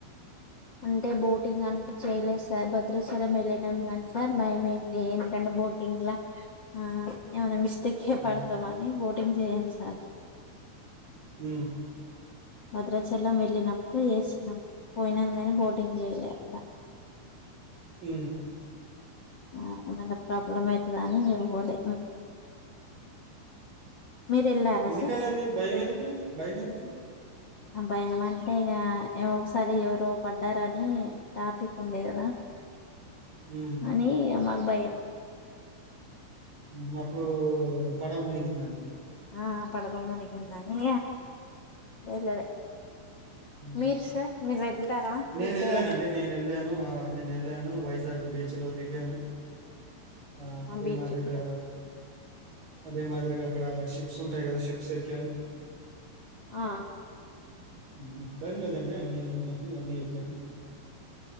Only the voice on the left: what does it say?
అంటే బోటింగ్ అంటే చేయలేదు సార్ భద్రాచలం వెళ్ళినం గాని సార్ భయమైంది ఎందుకంటే బోటింగ్ లా ఆ ఏమన మిస్ తిక్కే
పడతమని బోటింగ్ చేయం సార్
భద్రాచలం వెళ్ళినప్పుడు చేసినాం పోయినాం కానీ బోటింగ్ చేయలే అక్కడ
ఆ ఏమన ప్రాబ్లం అయితది అని ఇంగ పోలే మీరు వెళ్ళారా
సార్
అ భయం ఏమంటే ఇగ ఏ ఒకసారి ఎవరో పడ్డారని టాపిక్ ఉంది కదా
అనీ మాకు భయం.
ఆ పడవ మునిగిందని వెళ్ళలే
మీరు సార్ మీరు వెళ్తారా తీర్థయాత్ర
బీచ్
కూడా
ఆ